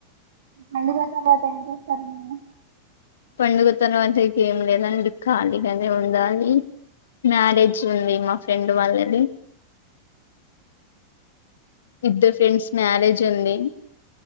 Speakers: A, on the right (about 60°); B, on the left (about 60°).
A: పండుగ తర్వాత ఎం చేస్తారు మీరు
B: పండుగ తర్వాత ఇక ఏం లేదండి ఖాళీగానే ఉండాలి మ్యారేజ్ ఉంది. మా ఫ్రెండ్ వాళ్ళది ఇద్దర్ ఫ్రెండ్స్ మ్యారేజ్ ఉంది